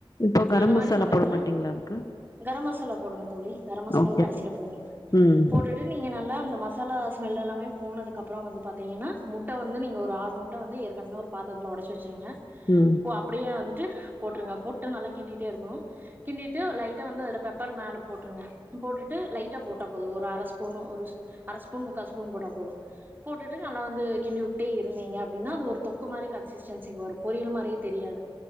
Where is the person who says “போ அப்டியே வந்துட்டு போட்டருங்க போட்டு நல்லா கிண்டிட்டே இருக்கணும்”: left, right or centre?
Right